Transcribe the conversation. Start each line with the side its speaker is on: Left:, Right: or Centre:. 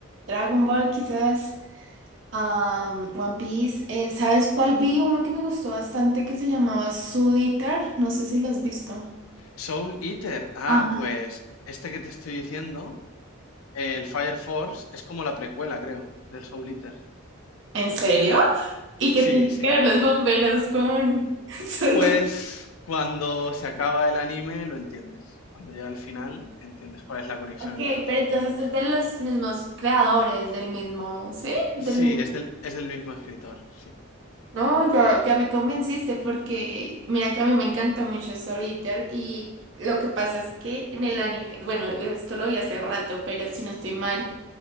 Right: Dragon Ball quizás, am, One Piece. Eh, ¿sabes cuál vi? Uno que me gustó bastante que se llamaba Soul Eater. No sé si lo has visto.
Left: Soul Eater, ah,
Right: Ajá.
Left: pues este que te estoy diciendo, el Fire Force, es como la precuela, creo, del Soul Eater.
Right: ¿En serio? ¿Y
Left: Sí,
Right: qué tienen
Left: sí.
Right: que ver los bomberos con... <laughs> Soul
Left: Pues cuando se acaba el anime lo entiendes. Cuando llega al final entiendes cuál es la conexión
Right: Ok,
Left: entre los
Right: pero
Left: dos
Right: entonces
Left: mundos.
Right: es de los mismos creadores, del mismo, ¿sí? Del...
Left: Sí, es del, es del mismo escritor, sí.
Right: No, ya, ya me convenciste porque mira que a mí me encanta mucho Solitaire y lo que pasa es que en el anime, bueno, esto lo vi hace rato, pero si no estoy mal,